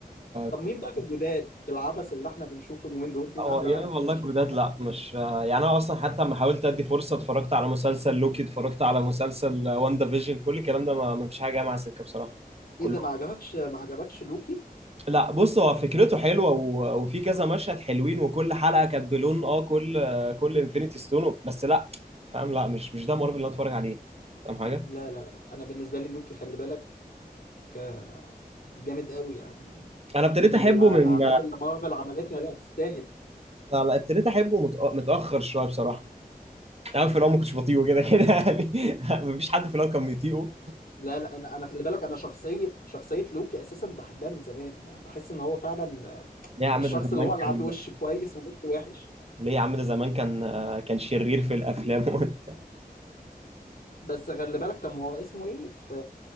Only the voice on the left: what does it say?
طب
مين بقى في الجداد في العبث اللي احنا بنشوفه اليومين دول مين
احلى
واحد
شفته
ايه ده ما عجبكش ما عجبكش لوكي
لا لا لا انا بالنسبه لي لوكي خلي بالك آه، جامد قوي يعني
من
الاعمال
اللي مارفل عملتها لا تستاهل
لا لا انا انا خلي بالك انا شخصيه شخصيه لوكي اساسا بحبها من زمان يعني بحس ان هو فعلا
الشخص
اللي هو اللي
عنده وش كويس ووش وحش
بس خلي بالك طب ما هو اسمه ايه في